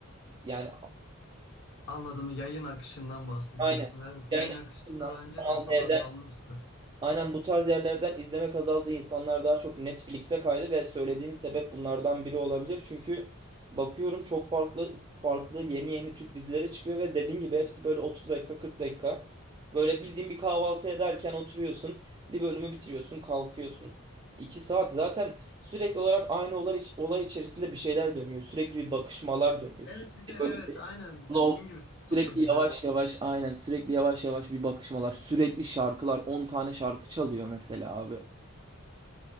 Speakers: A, on the right; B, on the left.
A: yani
B: Anladım. Yayın akışından bahsediyorsun.
A: aynen.
B: Evet,
A: Yayın
B: yayın akışında
A: açısından,
B: bence
A: Kanal
B: de çok
A: D'den
B: azalmıştır.
A: Aynen bu tarz yerlerden izlemek azaldı. İnsanlar daha çok Netflix'e kaydı ve söylediğin sebep bunlardan biri olabilir. Çünkü bakıyorum çok farklı farklı yeni yeni Türk dizileri çıkıyor ve dediğin gibi hepsi böyle otuz dakika 40 dakika. Böyle bildiğin bir kahvaltı ederken oturuyorsun, bir bölümü bitiriyorsun, kalkıyorsun. 2 saat zaten sürekli olarak aynı olay, olay içerisinde bir şeyler dönüyor. Sürekli bir bakışmalar dönüyor.
B: Evet
A: Sürekli
B: bir de evet
A: böyle
B: aynen
A: Slow,
B: dediğim gibi TikTok
A: sürekli
B: editi.
A: yavaş yavaş aynen sürekli yavaş yavaş bir bakışmalar, sürekli şarkılar 10 tane şarkı çalıyor mesela abi.